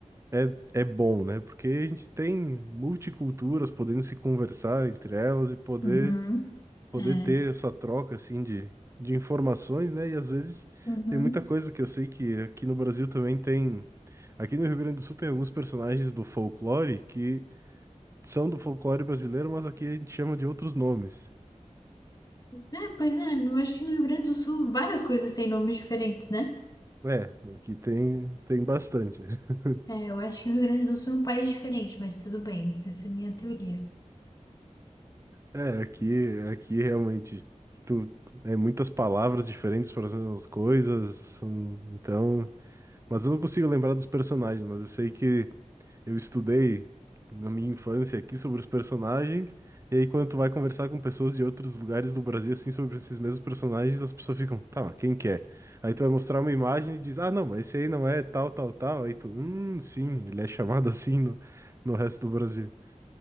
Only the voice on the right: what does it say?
é, é bom, né? Porque a gente tem multiculturas podendo se conversar entre elas e poder,
poder
ter essa troca assim de, de informações, né? E às vezes
tem muita coisa que eu sei que aqui no Brasil também tem. Aqui no Rio Grande do Sul tem alguns personagens do folclore que são do folclore brasileiro, mas aqui a gente chama de outros nomes.
É, aqui tem, tem bastante. <laughs>
É, aqui, aqui realmente tu, é muitas palavras diferentes para as mesmas coisas, são- então Mas eu não consigo lembrar dos personagens, mas eu sei que eu estudei na minha infância aqui sobre os personagens, e aí quando tu vai conversar com pessoas de outros lugares do Brasil, assim, sobre esses mesmos personagens, as pessoas ficam, tá, mas quem que é? Aí tu vai mostrar uma imagem e diz, ah, não, mas esse aí não é tal, tal, tal. Aí tu, hum, sim, ele é chamado <laughs> assim no, no resto do Brasil.